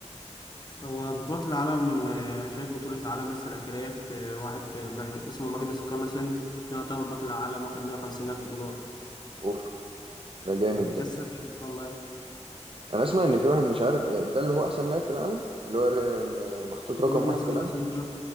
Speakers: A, on the left; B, on the right.
A: هو بطولات العالم آه، شايف بطولة عالم لسه الأخيرات آه، واحد آه، ما- اسمه ماجنس كارلسن ده يعتبر بطل العالم واخد 150 ألف دولار
B: اوف ده جامد
A: فبيتكسب
B: ده
A: يعني هما-
B: انا اسمع ان في واحد مش عارف آه، ده اللي هو احسن لاعب في العالم اللي هو ر- م- محطوط رقم
A: ماجنس
B: واحد في
A: كارلسن
B: العالم
A: ده